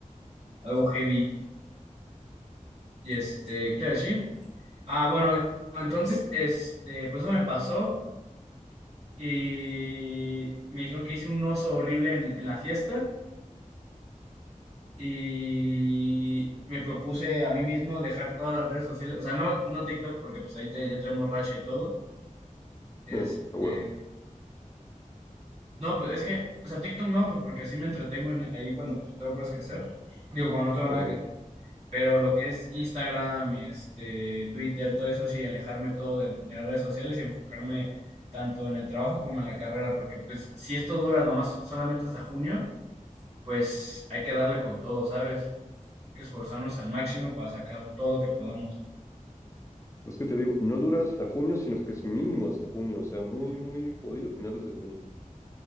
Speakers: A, on the right; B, on the left.
A: algo heavy. Y este, ¿qué te voy a decir? Ah, bueno, entonces, este, pues eso me pasó y me dijeron que hice un oso horrible en, en la fiesta y me propuse a mí mismo dejar todas las redes sociales, o sea, no, no TikTok porque pues ahí te- ya traemos racha y todo. Este,
B: Ah, a huevo.
A: No, pues es que, o sea, TikTok no, pues porque así me entretengo en- ahí cuando pues, tengo cosas que hacer. Digo, cuando no tengo nada
B: Ajá.
A: que hacer. Pero lo que es Instagram, y este, Twitter, todo eso sí, alejarme todo de, de las redes sociales y enfocarme tanto en el trabajo como en la carrera, porque pues si esto dura nomás solamente hasta junio, pues hay que darle con todo, ¿sabes? Hay que esforzarnos al máximo para sacar todo lo que podamos.
B: Es que te digo, no dura hasta junio, sino que es mínimo hasta junio, o sea, muy, muy jodido finales de junio.